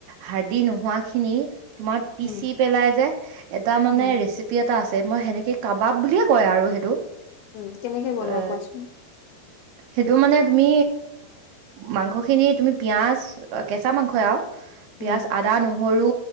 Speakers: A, on the right; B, on the left.
A: হাৰ্দিি নোহোৱা খিনি। তোমাৰ পিচি
B: উম,
A: পেলাই যে এটা মানে
B: উম,
A: ৰেচিপি এ এটা আছে মই সেনেকে কাবাব বুলিয়ে কয় আৰু সেইটো।
B: উম কেনেকে বনোৱা
A: এ
B: কোৱাচোন?
A: সেইটো মানে তুমি মাংসখিনি তুমি পিঁয়াজ কেঁচা মাংস আৰু পিয়াাজ
B: উম,
A: আদ নো নেহৰু